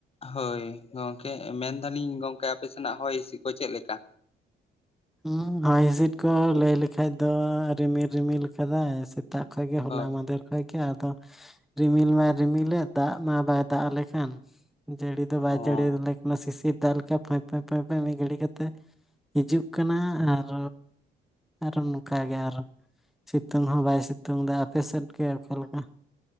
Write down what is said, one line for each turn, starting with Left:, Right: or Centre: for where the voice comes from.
Left: ᱦᱳᱭ ᱜᱚᱝᱠᱮ ᱢᱮᱱᱫᱟᱞᱤᱧ ᱜᱚᱝᱠᱮ ᱟᱯᱮ ᱥᱮᱱᱟᱜ ᱦᱚᱭ ᱦᱤᱸᱥᱤᱫ ᱠᱚ ᱪᱮᱫ ᱞᱮᱠᱟ?
Centre: ᱦᱩᱸ ᱦᱚᱭ ᱦᱤᱥᱤᱫ ᱠᱚ ᱞᱟᱹᱭ ᱞᱮᱠᱷᱟᱡ ᱫᱚ ᱨᱤᱢᱤᱞ ᱨᱤᱢᱤᱞ ᱟᱠᱟᱫᱟᱭ ᱥᱮ ᱛᱟᱜ ᱠᱷᱚᱡ ᱜᱮ ᱦᱳᱞᱟ
Left: ᱦᱳᱭ
Centre: ᱢᱟᱫᱮᱨ ᱠᱷᱚᱡ ᱜᱮ ᱟᱫᱚ ᱨᱤᱢᱤᱞ ᱢᱟᱭ ᱨᱤᱢᱤᱞᱮᱫ ᱫᱟᱜ ᱢᱟ ᱵᱟᱭ ᱫᱟᱜ ᱟᱞᱮ ᱠᱟᱱ᱾ ᱡᱟᱹᱲᱤ ᱫᱚ ᱵᱟᱭ
Left: ᱚ
Centre: ᱡᱟᱹᱲᱤ ᱟᱞᱮ ᱠᱟᱱᱟ᱾ ᱥᱤᱥᱤᱨ ᱫᱟᱜ ᱞᱮᱠᱟᱹᱭ ᱯᱟᱹᱭ ᱞᱟᱹᱭ ᱢᱤᱫ ᱜᱷᱟᱹᱲᱤ ᱠᱟᱛᱮ ᱦᱤᱡᱩᱜ ᱠᱟᱱᱟ ᱟᱨ ᱟᱨᱚ ᱱᱚᱝ ᱠᱟ ᱜᱮ ᱟᱨᱚ ᱥᱤᱛᱩᱝ ᱦᱚᱸ ᱵᱟᱭ ᱥᱤᱛᱩᱝ ᱫᱟ ᱟᱯᱮᱥᱮᱫ ᱜᱮ ᱚᱠᱟ ᱞᱮᱠᱟ?